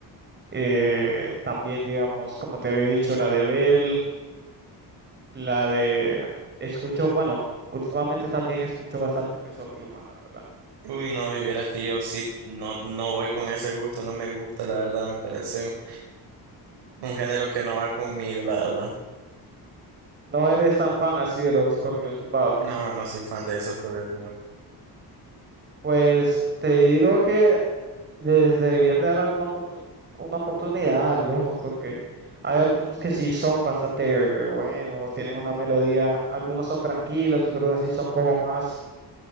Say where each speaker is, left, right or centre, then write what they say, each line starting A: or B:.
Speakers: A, on the right; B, on the right.
A: eh, también digamos, como te había dicho, la de Bell, la de... Escucho, bueno, últimamente también escucho bastante Peso Pluma, la verdad.
B: Uy, no, y vieras que yo sí, no, no voy con ese gusto, no me gusta, la verdad, me parece un género que no va conmigo, la verdad.
A: No eres tan fan así de los corridos tumbados.
B: No, no soy fan de esos corridos.
A: Pues te digo que les deberías de dar alguna oportu- una oportunidad a algunos, porque hay algunos que sí son bastante buenos, tienen una melodía, algunos son tranquilos, otros así son como más,